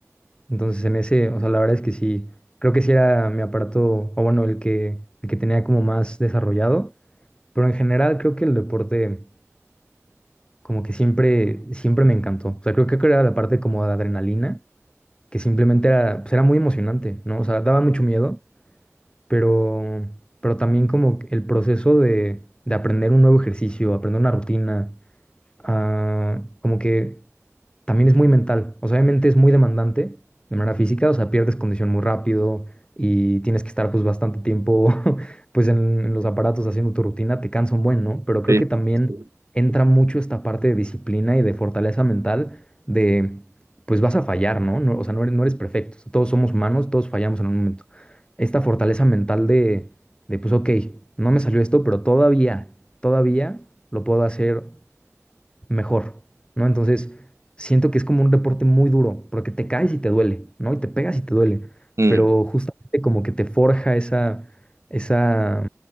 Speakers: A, on the left; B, on the right.
A: Entonces en ese, o sea, la verdad es que sí, creo que sí era mi aparato, o bueno, el que, el que tenía como más desarrollado, pero en general creo que el deporte como que siempre, siempre me encantó. O sea, creo que era la parte como de adrenalina, que simplemente era, pues era muy emocionante, ¿no? O sea, daba mucho miedo, pero, pero también como el proceso de, de aprender un nuevo ejercicio, aprender una rutina, ah, como que también es muy mental. O sea, obviamente es muy demandante de manera física, o sea, pierdes condición muy rápido y tienes que estar pues bastante tiempo <laughs> pues en, en los aparatos haciendo tu rutina, te cansa un buen, ¿no? Pero creo
B: Sí,
A: que también
B: sí, sí.
A: entra mucho esta parte de disciplina y de fortaleza mental de pues vas a fallar, ¿no? No- o sea, no eres, no eres perfecto. O sea, todos somos humanos, todos fallamos en un momento. Esta fortaleza mental de, de pues ok, no me salió esto, pero todavía, todavía lo puedo hacer mejor, ¿no? Entonces, siento que es como un deporte muy duro, porque te caes y te duele, ¿no? Y te pegas y te duele,
B: Mm,
A: pero justamente como que te forja esa, esa,